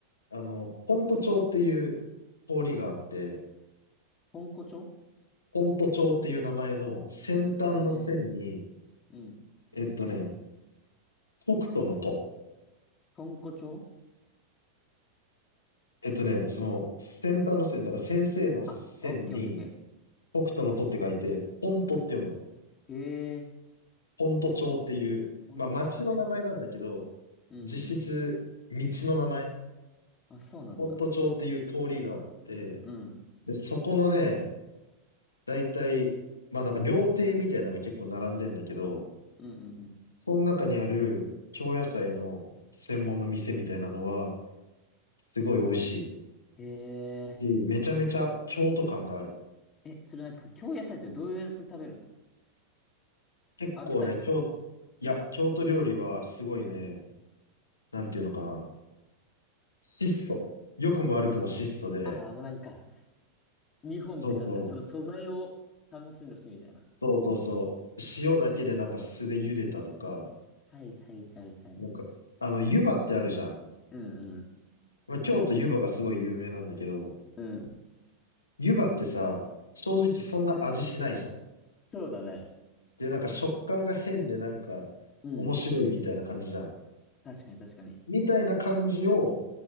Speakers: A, on the left; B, on the left.
A: あの、ポント町っていう通りがあって、
B: 豚骨町
A: フォント帳っていう名前の先端の線に、
B: へえ。うん。
A: えっとね、北斗のと
B: 豚骨町
A: えっとね、その先端の線、だから先生の線に
B: あ、オッケーオッケーオッケ
A: 北斗のとって書いて、ポントって読むの。
B: ー。へえ。
A: ポント町っていう、
B: 豚骨町ね。
A: まあ町の名前なんだけど、
B: うんうんうん。
A: 実質道の名前、
B: あ、そうなんだ。
A: ポント町っていう通りがあって、
B: うん。
A: で、そこのね、だいたい、まあなんか料亭みたいなのが結構並んでんだけど、
B: うんうんうん。
A: その中にある京野菜の専門の店みたいなのは、すごい美味しい
B: へ
A: し、
B: え。
A: めちゃめちゃ京都感がある。
B: え、それなんか、京野菜ってどうやって食べるの
A: 結構ね、
B: 揚げたりするの
A: 京、いや、京都料理はすごいね、なんていうのかな、質素。良くも悪くも質素で、
B: ああー、もうなんか、日本って感じだね。
A: そうそう、
B: その素材を楽しんでほしいみたいな。
A: そうそうそう、塩だけでなんか酢で茹でたとか、
B: はいはいはいはい。
A: なんか、あの、湯葉ってあるじゃん。
B: うんうん。
A: まあ、京都湯葉がすごい有名なんだけど、
B: うん。
A: 湯葉ってさ、正直そんな味しないじゃん。
B: そうだね。
A: で、なんか食感が変でなんか面白いみたいな感じじゃん。
B: うん。確かに確かに。
A: みたいな感じを、